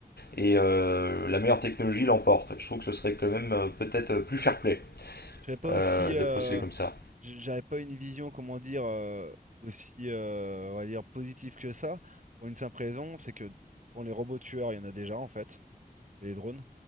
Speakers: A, on the left; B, on the right.
A: et euh, la meilleure technologie l'emporte. Je trouve que ce serait quand même euh, peut-être euh, plus fair-play
B: Je serais pas
A: euh,
B: aussi,
A: de
B: euh,
A: procéder comme ça.
B: j- j'avais pas une vision, comment dire, euh, aussi, euh, on va dire, positive que ça. Pour une simple raison, c'est que bon, les robots tueurs, il y en a déjà en fait, c'est les drones.